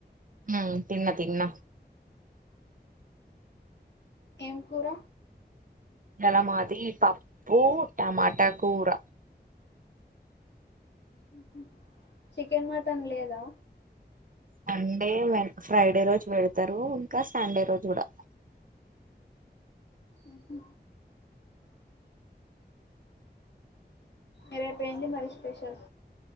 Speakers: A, on the right; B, on the left.
A: ఊ తిన్న తిన్న
B: ఏం కూర
A: యాల మాది పప్పూ టమాట కూర
B: ఉహు చికెన్ మటన్ లేదా
A: మండే వెన్ ఫ్రైడే రోజు బెడుతరూ ఇంకా సండే రోజ్ గుడా
B: ఉహు ఇదైపోయింది మరి స్పెషల్